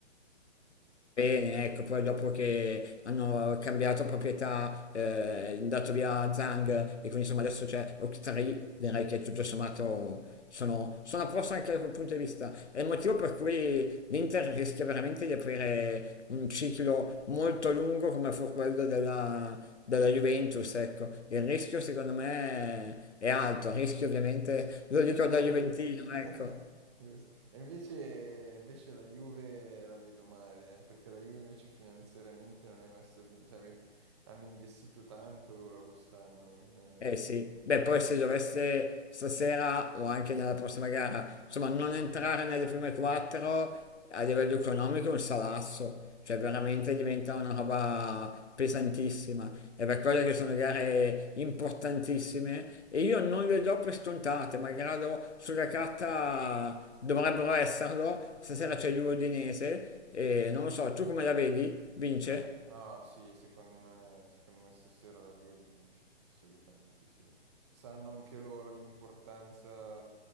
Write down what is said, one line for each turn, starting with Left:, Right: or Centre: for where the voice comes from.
Left: Bene, ecco, poi dopo che hanno cambiato proprietà, eh, dato via Zhang e quindi insomma adesso c'è Octree, direi che tutto sommato sono, sono a posto anche da quel punto di vista. È il motivo per cui l'Inter rischia veramente di aprire un ciclo molto lungo come fu quello della, della Juventus, ecco. Il rischio secondo me è alto, il rischio ovviamente, lo
Right: Per
Left: dico
Right: favore.
Left: da Juventino, ecco,
Right: <laughs> Giusto. E invece, invece la Juve la vedo male, eh, perché la Juve invece finanziariamente non è messa bene, cioè avete- hanno investito tanto loro quest'anno in eh,
Left: Eh sì,
Right: giocatori.
Left: beh poi se dovesse stasera o anche nella prossima gara, insomma non entrare nelle prime quattro a livello economico è un salasso, cioè
Right: Mm.
Left: veramente diventa una roba pesantissima. È per quello che sono gare importantissime e io non le do per scontate, malgrado sulla carta dovrebbero esserlo. Stasera c'è l'Udinese e non lo so, tu come la vedi? Vince?
Right: Eh, no, sì, secondo me, secondo me stasera la Juve vince, assolutamente sì. Sanno anche loro l'importanza